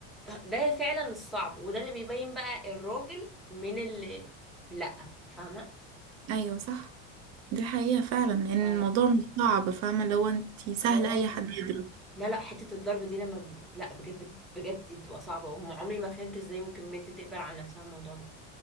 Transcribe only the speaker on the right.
ايوه صح دي حقيقه فعلا ان الموضوع
مش صعب فاهمه اللي هو انتي سهل
اي
حد يدرك